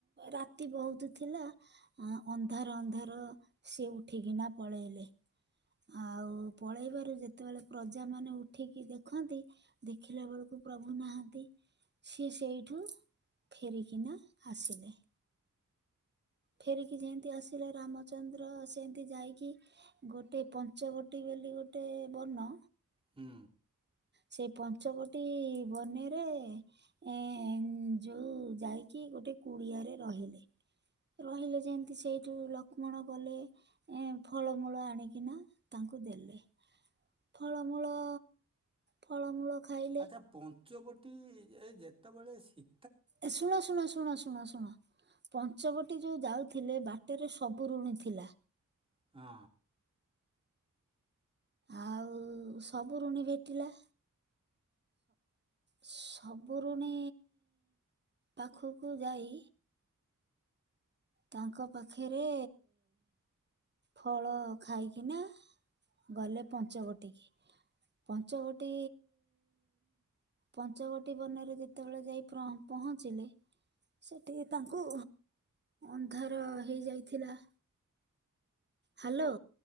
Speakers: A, on the right; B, on the right.
A: ରାତି ବହୁତ ଥିଲା ଅ ଅନ୍ଧାର ଅନ୍ଧାର ସିଏ ଉଠିକିନା ପଳେଇଲେ। ଆଉ ପଳେଇବାରୁ ଯେତେବେଳେ ପ୍ରଜା ମାନେ ଉଠିକି ଦେଖନ୍ତି ଦେଖିଲା ବେଳକୁ ପ୍ରଭୁ ନାହାନ୍ତି ସିଏ ସେଇଠୁ ଫେରିକନା ଆସିଲେ। ଫେରିକି ଯେନ୍ତି ଆସିଲେ ରାମଚନ୍ଦ୍ର ସେନ୍ତି ଯାଇକି ଗୋଟେ ପଞ୍ଚବଟୀ ବୋଲି ଗୋଟେ ବନ
B: ହୁଁ।
A: ସେ ପଞ୍ଚବଟୀ ବନେରେ ଏଁ ଯୋଉ ଯାଇକି ଗୋଟେ କୁଡିଆରେ ରହିଲେ। ରହିଲେ ଯେନ୍ତି ସେଇଠୁ ଲକ୍ଷ୍ମଣ ଗଲେ। ଏଁ ଫଳମୂଳ ଆଣିକିନା ତାଙ୍କୁ ଦେଲେ ଫଳମୂଳ ଫଳମୂଳ ଖାଇ
B: ଆଚ୍ଛା ପଞ୍ଚବଟୀ ଏ ଯେତେବେଳେ ଶୀ
A: ଏ ଶୁଣ ଶୁଣ ଶୁଣ ଶୁଣ ଶୁଣ ପଞ୍ଚବଟୀ ଯୋଉ ଯାଉଥିଲେ ବାଟରେ ସବୁ ଋଣୀ ଥିଲା।
B: ଆ।
A: ଆଉ ସବୁ ଋଣୀ ଭେଟିଲା। ସବୁଋଣୀ ପାଖକୁ ଯାଇ ତାଙ୍କ ପାଖରେ ଫଳ ଖାଇକିନା ଗଲେ ପଞ୍ଚବଟୀ କି। ପଞ୍ଚବଟୀ ପଞ୍ଚବଟୀ ବନରେ ଯେତେବେଳେ ଯାଇ ପହଞ୍ଚିଲେ ସେଠିକି ତାଙ୍କୁ ଅନ୍ଧାର ହେଇଯାଇଥିଲା। ହାଲୋ।